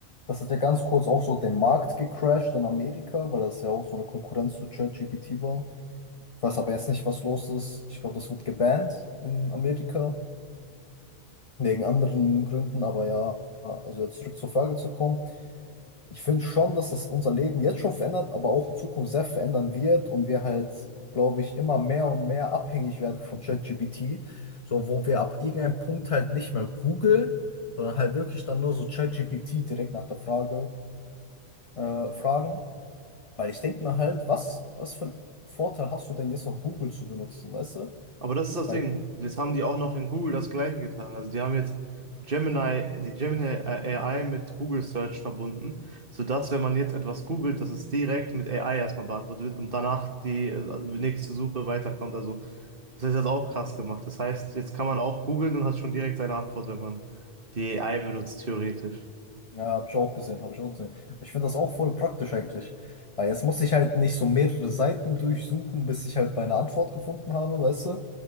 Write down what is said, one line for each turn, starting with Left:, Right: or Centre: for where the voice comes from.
Left: das hat ja ganz kurz auch so den Markt gecrashed in Amerika, weil das ja auch so eine Konkurrenz zu ChatGPT war. Ich weiß aber jetzt nicht, was los ist. Ich glaube, das wird gebannt in Amerika, wegen anderen Gründen, aber ja, also jetzt zurück zur Frage zu kommen. Ich finde schon, dass das unser Leben jetzt schon verändert, aber auch in Zukunft sehr verändern wird und wir halt, glaube ich, immer mehr und mehr abhängig werden von ChatGPT. So, wo wir ab irgendeinem Punkt halt nicht mehr googeln, sondern halt wirklich dann nur so ChatGPT direkt nach der Frage äh, fragen. Weil ich denke mir halt, was, was für einen Vorteil hast du denn jetzt noch Google zu benutzen, weißt du?
Right: Aber das ist das
Left: Weil
Right: Ding. Jetzt haben die auch noch in Google das Gleiche getan. Also die haben jetzt Gemini, die Gemini äh, AI mit Google Search verbunden, sodass, wenn man jetzt etwas googelt, dass es direkt mit AI erstmal beantwortet wird und danach die, äh, also die nächste Suche weiterkommt. Also das ist jetzt auch krass gemacht. Das heißt, jetzt kann man auch googeln und hat schon direkt seine Antwort, wenn man die AI benutzt, theoretisch.
Left: Ja, habe ich auch gesehen, habe ich auch gesehen. Ich finde das auch voll praktisch eigentlich. Weil jetzt muss ich halt nicht so mehrere Seiten durchsuchen, bis ich halt meine Antwort gefunden habe, weißt du?